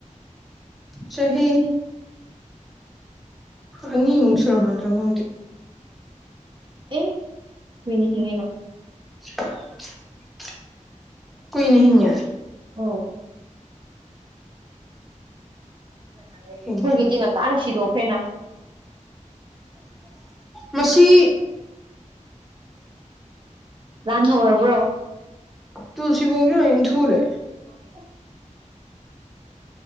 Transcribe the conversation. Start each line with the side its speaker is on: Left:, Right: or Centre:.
Centre: ꯆꯍꯤ ꯑꯅꯤꯃꯨꯛ ꯁꯨꯔꯝꯃꯗꯔꯥ ꯈꯪꯗꯦ
Right: ꯑꯦ ꯍꯤꯡꯉꯤꯅ
Centre: <inaudible> ꯀꯨꯏꯅ ꯍꯤꯡꯒꯦ
Right: ꯑꯣ ꯑꯩꯈꯣꯏꯒꯗꯤ
Centre: ꯍꯤꯡꯉꯦ
Right: ꯉꯟꯇꯥꯅ ꯁꯤꯗꯣꯛꯈ꯭ꯔꯦꯅ
Centre: ꯃꯁꯤ
Right: ꯂꯥꯟ ꯍꯧꯔꯕ꯭ꯔꯣ
Centre: ꯇꯨ ꯁꯤꯕꯣꯡꯁꯤ ꯂꯣꯏꯅ ꯏꯟꯊꯨꯔꯦ
Right: ꯍꯣꯏ